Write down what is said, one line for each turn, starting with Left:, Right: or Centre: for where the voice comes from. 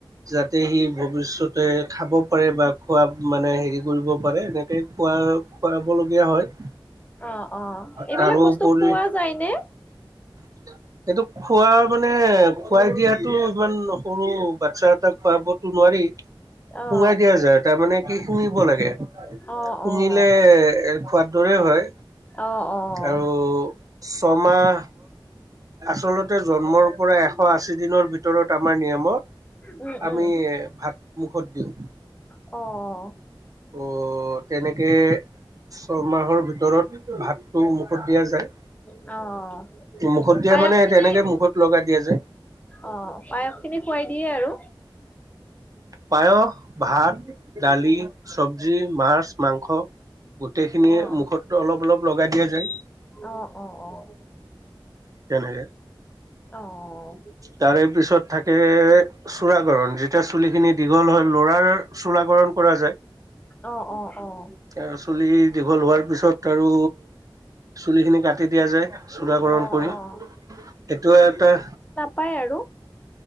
Right: যাতে সি ভৱিষ্যতে খাব পাৰে, বা খোৱাত মানে হেৰি। কৰিব পাৰে, এনেকে খুৱ - খুৱাবলগীয়া হয়।
Left: অ' অ' এইবিলাক
Right: তাৰোপৰি
Left: বস্তু খোৱা যায় নে?
Right: <unintelligible> সেইটো খোৱা মানে খুৱাই দিয়াতো ইমান সৰু বাচ্ছা এটা খোৱাবতো নোৱাৰি।
Left: অ',
Right: সুঙাই দিয়া যায়, তাৰমানানে কি সুঙিব লাগে শুঙিলে
Left: অ', অ',
Right: খোৱাত। দৰে হয়
Left: অ', অ',
Right: আৰু ছমাহ। আচলতে জন্মৰ পৰা এশ আশী দিনৰ ভিতৰত আমাৰ নিয়মত।
Left: উম,
Right: আমি
Left: উম,
Right: ভাত মুখত দিওঁ।
Left: অঁ অঁ।
Right: অঁ। ত' তেনেকে ছয়মাহৰ ভিতৰত ভাতটোমুখত দিয়া যায়।
Left: অ'।
Right: মুখত দিয়া
Left: পায়স
Right: মানে
Left: খিনি
Right: তেনেকে মুখত লগাই দিয়া যে
Left: অ' পায়স খিনি খুৱাই দিয়ে আৰু।
Right: পায়স ভাত, দালি, চব্জি, মাছ। মাংস, গোটেইখিনিয়ে
Left: অ',
Right: মুখত অলপ- অলপ লগাই দিয়া যায়।
Left: অ', অ', অ',
Right: তেনেকে
Left: অ'।
Right: তাৰে পিছত থাকে চূড়াকৰণ যেতিয়া চুলিখিনি দীঘল হয় লৰাৰ চূড়াকৰণ কৰা যায়।
Left: অঁ অঁ অঁ।
Right: এ চুলি দীঘল হোৱাৰ পিছত আৰু চুলি খিনি কাটি দিয়া যায় চূড়াকৰণ
Left: অ', অ',
Right: কৰি
Left: অ',
Right: এইটো এটা
Left: পাই আৰু।